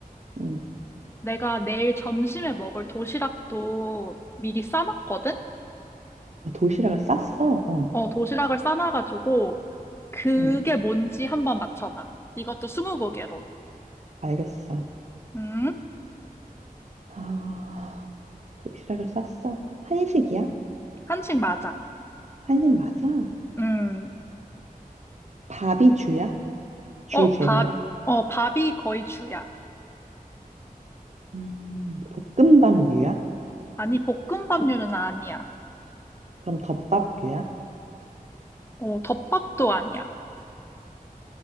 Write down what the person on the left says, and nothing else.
내가 내일 점심에 먹을 도시락도 미리 싸놨거든?
어, 도시락을 싸놔가지고 그게
뭔지 한번 맞춰봐. 이것도 스무고개로.
음,
한식 맞아.
음,
어,
밥, 어, 밥이 거의 주야.
아니, 볶음밥류는 아니야.
어, 덮밥도 아니야.